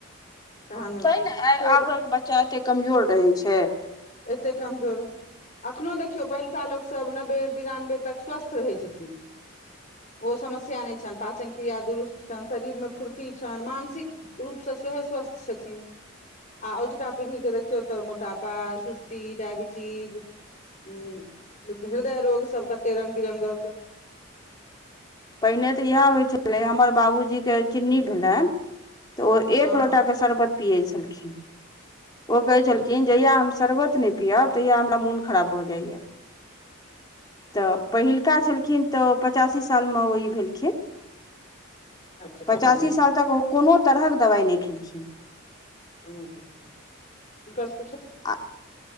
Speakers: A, on the left; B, on the left.
A: <unintelligible>
B: ती ने
A: तेल
B: आबके बच्चा एते कमजोर। कहै छै। <unintelligible>
A: एतेक कमजोर अखनोहु देखियौ पहिलुका लोकसभ नब्बे बिरानबे तक स्वस्थ रहैत छथिन ओ समस्या नहि छनि पाचन क्रिया दुरुस्त छनि शरीरमे फुर्ती छनि मानसिक रूपसँ सेहोह स्वस्थ छथिन- आ अजुका पीढ़ीके देखियौ तऽ मोटापा। सुस्ती डायबिटीज <unintelligible> उ हृदय रोग सब कते रंग बिरगक।
B: पहिने तऽ इएह होइ छलै हमर बाबूजीके। <unintelligible> चिन्नी भेलैन। <unintelligible> तऽ ओ एक
A: हँ हँ
B: लोटाे शरबत‌। पियै छलखिन। <unintelligible> ओ कहे छलखिन
A: अच्छा
B: जहिया हम सर्वोत। नहि पियअब तहिया हमरा मोन खराब भऽ जाइया। <unintelligible> तऽ पहिलका छलखिन तऽ ओ पचासी सालमे ओ ई भेलखिन। <unintelligible>
A: अच्छा
B: पचासासी
A: खतम
B: साल तक कोनो तरह। <unintelligible> दबाइ नहि खेलखिन। <unintelligible>
A: ह। <unintelligible>
B: आ